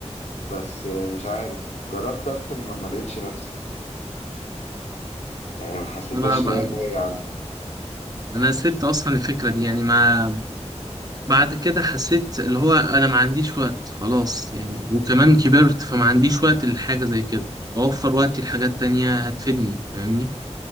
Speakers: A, on the left; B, on the right.
A: بس آه، مش عارف جربت أرسم ما ما لقيتش نفسي يعني ما حسيتهاش
B: أنا بقى
A: إن هي هواية عندي
B: أنا سبت أصلا الفكرة دي يعني ما بعد كده حسيت اللي هو انا ما عنديش وقت خلاص يعني وكمان كبرت فما عنديش وقت لحاجة زي كده اوفر وقتي لحاجات تانية هتفيدني فاهمني